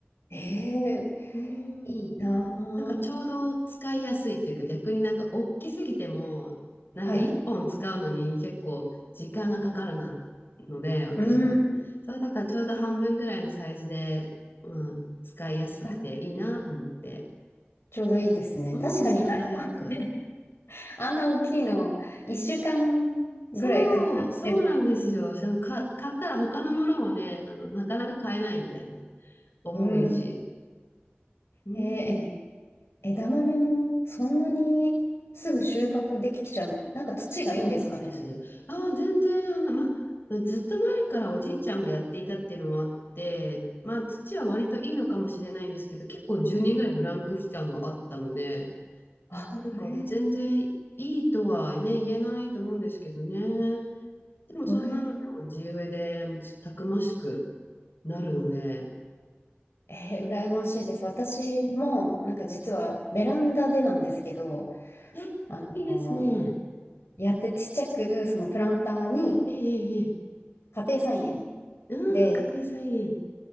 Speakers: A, on the left (about 75°); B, on the left (about 55°).
A: えー
B: うーん、
A: なあ。
B: なんかちょうど使いやすいっていうか逆になんか大きすぎてもなんか1本使うのに結構時間がかかるなので私は。
A: はい。うん。
B: そうだからちょうど半分ぐらいのサイズで、まあ、使いやすくていいなと思って。
A: あちょうどいいですね。
B: うん、
A: 確かに大
B: ちょうどよく。
A: 根、<laughs> あんな大きいの、1週間ぐらいかかっても、
B: そう、そうなんですよ。しかもか、買ったら他のものもね、あの、なかなか買えないみたいな。重いし。
A: うん。
B: うん。
A: えー枝豆もそんなにすぐ収穫できちゃう。なんか土がいいんですかね。
B: そうなんです。ああ、全然、あの、ま、まずっと前からおじいちゃんがやっていたっていうのもあって、まあ、父は割といいのかもしれないんですけど、
A: うん
B: 結構10年ぐらいブランク期間があったので、
A: あ、
B: なんか全然いいとはね、
A: へ
B: 言えないと思うんですけどね。でもそんなのでも地植えでもうちたくましく
A: おい
B: なるので、
A: えー、羨ましいです。私も、なんか実はベランダでなんですけど、
B: え
A: あの、
B: いいですね。
A: やってちっちゃく、そのプランターに
B: ええええ。ええ
A: 家庭菜園
B: うーん、
A: で、
B: 家庭菜園。